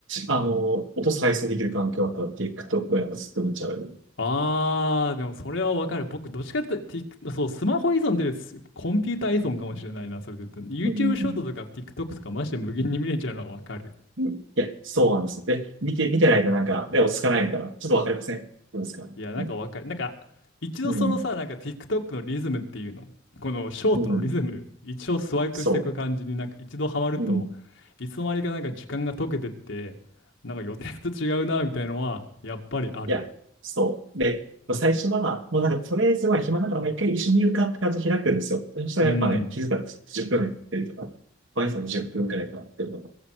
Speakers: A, on the right; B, on the left.
A: あの、音再生できる環境だったら TikTok をやっぱずっと見ちゃう。
B: あー、でもそれはわかる。僕、どっちかって、Tik- そう、スマホ依存ですコンピューター依存かもしれないな、それで言うと。YouTube
A: うん。
B: ショートとか TikTok とかマジで無限に見れちゃうのはわかる。
A: うんいや、そうなんですよ。で、見て、見てないとなんか、で、落ち着かないみたいな。ちょっとわかりませんどうですかうん。
B: いや、なんかわかる。なんか、一度そのさ、
A: うん。
B: なんか TikTok のリズムっていうの、このショートのリズム、
A: うん。
B: 一応スワイプしていく感じになんか一度ハマると、
A: そう。うん。
B: いつの間にかなんか時間が溶けてって、なんか予定と違うな、みたいのは、やっぱりある。
A: いや、そう。で、最初は、もうなんか、とりあえずは暇だから、もう一回一緒に見るかって感じで開くんですよ。そしたらやっぱね、
B: うん。
A: 気づいたんですよ。10分やってるとか、毎朝10分くらいかなってるとか、